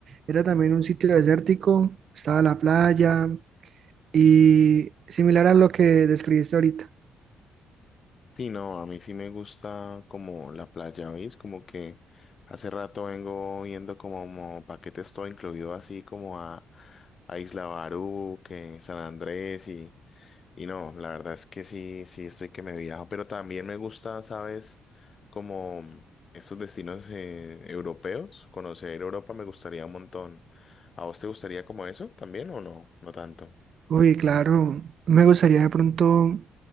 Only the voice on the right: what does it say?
Era también un sitio desértico, estaba la playa y similar a lo que describiste ahorita.
Uy, claro, me gustaría de pronto,